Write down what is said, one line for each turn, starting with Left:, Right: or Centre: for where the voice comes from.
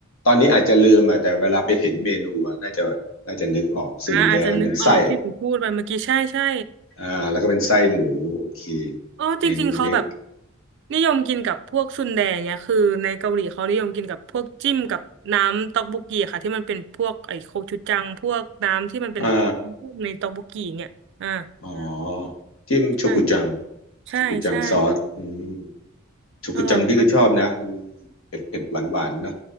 Left: ตอนนี้อาจจะลืมอ่ะแต่เวลาไปเห็นเมนูอ่ะน่าจะน่าจะนึกออกซุนแดเป็นไส้
Right: อ่าอาจจะนึกออกที่หนูพูดไปเมื่อกี้ใช่ใช่
Left: อ่าแล้วก็เป็นไส้หมูโอเค
Right: อ๋อจริงๆเขาแบบ
Left: เมนูนี้
Right: นิยมกินกับพวกซุนแดงเนี่ยคือในเกาหลีเขานิยมกินกับพวกจิ้มกับน้ำต๊อกบกกีค่ะที่มันเป็นพวกไอ้โคชูจังพวกน้ำที่มันเป็นแบบ
Left: อ่า
Right: ในต๊อกบกกีเนี่ยอ่า
Left: อ๋อจิ้มโชกุจัง
Right: ใช่ใช่ใช่
Left: โชกุจังซอสอืมโชกุจังพี่ก็ชอบนะมัน
Right: อร่อยมาก
Left: เผ็ดเผ็ดหวานหวานๆเนาะ